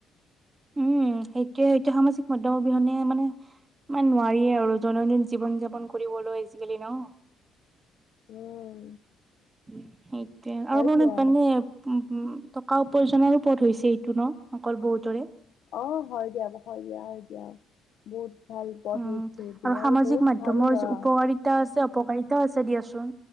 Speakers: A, on the right; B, on the left.
A: উম সেইটোয়ে সটোয়ে সামাজিক মাধ্যমৰ অবিহনে মানে মানে নোৱাৰিয়ে আৰু আৰু দৈনন্দিন জীৱন যাপন কৰিবলৈ আজিকালি ন
B: উম।
A: সেইটোৱে, আৰু
B: হয়
A: <unintelligible>
B: দিয়া
A: উম, টকা উপাৰ্জনৰো পথ হৈছে এইটো ন, অকল বহুতৰে।
B: অ হয় দিয়া হয় দিয়া হয় দিয়া বহুত ভাল পথ
A: উম,
B: হৈছে এইটো
A: আৰু সামাজিক
B: বহুত
A: মাধ্যমৰ
B: ভাল আহ,
A: যে উপকাৰিতা আছে উপকাৰিতাও আছে দিয়া,